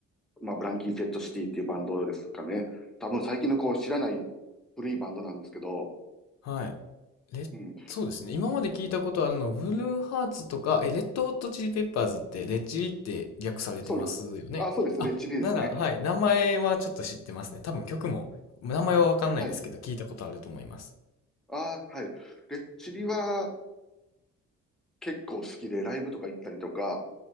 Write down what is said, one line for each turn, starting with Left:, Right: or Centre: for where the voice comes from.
Centre: まあ、ブランキー・ジェット・シティっていうバンドですかね。多分最近のこう知らない古いバンドなんですけど、
Left: はい。レッ、
Centre: うん。
Left: そうですね。今まで聞いたことあるのは、ブルーハーツとか、え、レッドホットチリペッパーズって、レッチリって略されてますよね。
Centre: そう、あ、そうです。
Left: あ、
Centre: レッチリですね。
Left: なら、はい。名前はちょっと知ってますね。多分曲も、名前はわかんないですけど、
Centre: はい。
Left: 聞いたことあると思います。
Centre: あー、はい。レッチリは結構好きで、ライブとか行ったりとか、